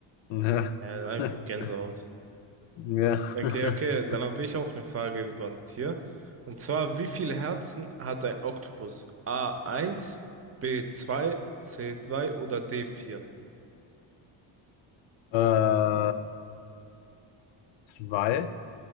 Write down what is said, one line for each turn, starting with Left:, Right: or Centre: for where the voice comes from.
Left: Ja.
Right: Äh,
Left: <laughs>
Right: Gänsehaut.
Left: Ja.
Right: Okay,
Left: <laughs>
Right: okay, dann habe ich auch eine Frage über ein Tier. Und zwar, wie viele Herzen hat ein Oktopus? a Eins. b Zwei. C3 oder d Vier.
Left: Äh, zwei,